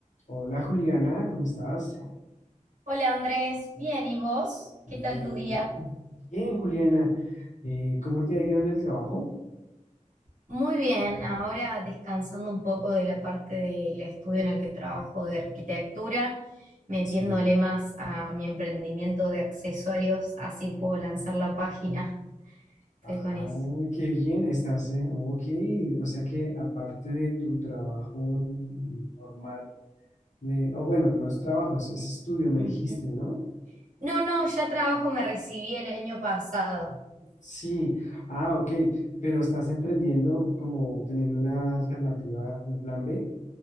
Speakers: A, on the left; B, on the right.
A: Hola Juliana, ¿cómo estás?
B: Hola Andrés, bien, ¿y vos?
A: Bien,
B: ¿Qué tal tu día?
A: bien, Juliana. Eh, ¿cómo te ha ido en el trabajo?
B: Muy bien, ahora descansando un poco de la parte del estudio en el que trabajo de arquitectura, metiéndole
A: Sí.
B: más a mi emprendimiento de accesorios, así puedo lanzar la página. Estoy
A: Ah,
B: con eso.
A: qué bien, estás, eh, ok, o sea que aparte de tu trabajo normal, eh, o bueno, no es trabajo, es, es estudio, me
B: Ujú.
A: dijiste, ¿no?
B: No, no, ya trabajo, me recibí el año pasado.
A: Sí, ah, ok, pero estás emprendiendo como teniendo una alternativa, un plan B.